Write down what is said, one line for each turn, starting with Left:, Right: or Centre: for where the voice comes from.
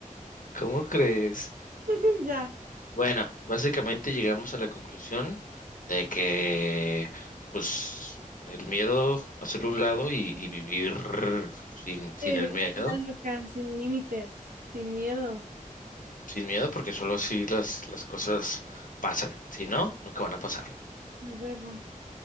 Left: ¿cómo crees?
Right: <laughs> Ya.
Left: Bueno, básicamente llegamos a la conclusión de que, pues, el miedo, hacerlo a un lado y, y vivir sin, sin
Right: Vivir
Left: el miedo,
Right: la vida loca, sin límites, sin miedo.
Left: sin miedo, porque solo así las, las cosas pasan. Si no, nunca van a pasar.
Right: A huevo.